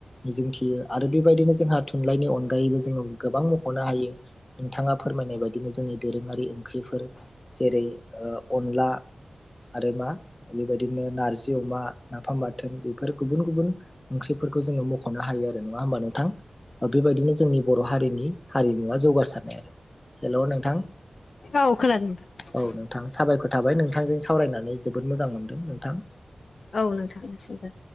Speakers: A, on the left (about 20°); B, on the left (about 65°).
A: मिजिं थियो आरो बेबायदिनो जोंहा थुनलाइनि अनगायैबो जोङो गोबां मख'नो हायो। नोंथाङा फोरमायनाय बायदिनो जोंनि दोरोङारि ओंख्रिफोर जेरै अनला आरो मा बेबायदिनो नारजि अमा नाफाम बाथोन बेफोर गुबुन गुबुन ओंख्रि बेफोरखौ जोङो मख'नो हायो आरो नङा होमबा नोंथां। बेबायदिनो जोंनि बर' हारिनि हारिमुयी जौगासारनाय आरो हेल' नोंथां।
B: औ खोनादों नोंथां।
A: औ नोंथां साबायखर थाबाय नोंथांजों सावरायनानै जोबोद मोजां मोनदों नोंथां।
B: औ नों थांनोसिमबो।